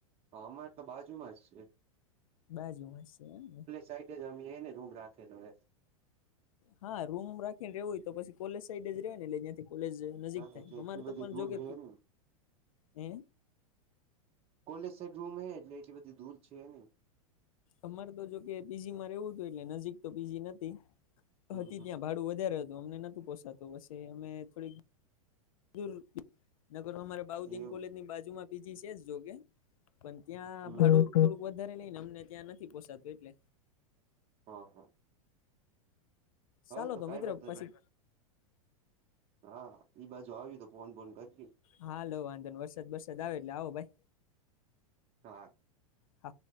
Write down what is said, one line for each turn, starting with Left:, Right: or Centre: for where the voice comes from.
Right: અમારે તો બાજુમાં જ સે.
Left: બાજુ માં જ છે એમ ને.
Right: સાઈડ જ અમે એને રૂમ રાખેલો હે
Left: હા રૂમ રાખીને રહેવું હોય તો પછી કોલેજ સાઈડ જ રહેવાય ને. એટલે યાંથી કોલેજે નજીક
Right: હા
Left: થાય.
Right: એટલે
Left: અમારે
Right: એટલી
Left: તો
Right: બધી
Left: પણ
Right: દૂર
Left: જોકે,
Right: હે નહી
Left: હે?
Right: કોલેજ સાઇટ રૂમ હે એટલે એટલી બધી દૂર છે નહીં.
Left: અમારે તો જોકે પી જીમાં રહેવું તું એટલે નજીક તો પી જી નતી,
Right: હમ
Left: હતી
Right: હમ
Left: ત્યાં ભાડું વધારે હત તો અમને નતું પોસાતું, પસી અમે થોડીક દુર નકર અમારે બાઉદીન
Right: એવું
Left: કોલેજની
Right: છે.
Left: બાજુમાં પીજી છે જ જોકે. પણ ત્યાં
Right: હમ
Left: ભાડું થોડુંક વધારે લઈને અમને ત્યાં નથી પોસાતું એટલે.
Right: હા, હા. હાલ
Left: ચાલો
Right: તો કાંઈ
Left: મિત્રો
Right: વાંધો
Left: પછી
Right: નહી. હા. ઈ બાજુ આવી તો ફોન બોન કરજે.
Left: હા હાલો વાંધો નહીં. વરસાદ બરસાદ આવે એટલે આવો ભાઈ.
Right: હા.
Left: હા